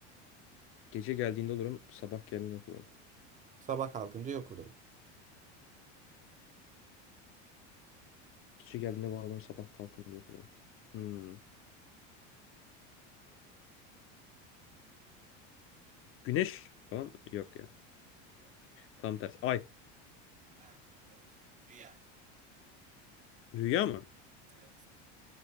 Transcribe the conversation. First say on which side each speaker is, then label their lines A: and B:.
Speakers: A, on the left; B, on the right.
A: Gece geldiğinde olurum, sabah geldiğinde yok olurum.
B: Sabah kalkınca yok olurum.
A: Gece geldiğinde var olurum, sabah kalkınca yok olurum. Hmm. Güneş falan mı? Yok ya.
B: Yok.
A: Tam tersi. Ay.
B: Ah, o da değil. Rüya.
A: Rüya mı?
B: Evet.